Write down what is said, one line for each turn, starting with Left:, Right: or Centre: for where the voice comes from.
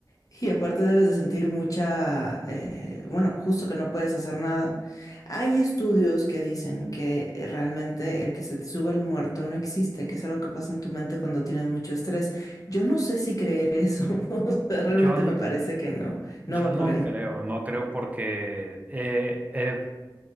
Left: y aparte debes de sentir mucha, eh, bueno, justo que no puedes hacer nada. Hay estudios que dicen que eh, realmente el que se te sube el muerto no existe, que es algo que pasa en tu mente cuando tienes mucho estrés. Yo no sé si creer eso, <laughs> o sea, realmente
Right: Yo, n-
Left: me parece que no, no
Right: yo
Left: va
Right: no
Left: por ahí.
Right: creo, no creo porque eh, he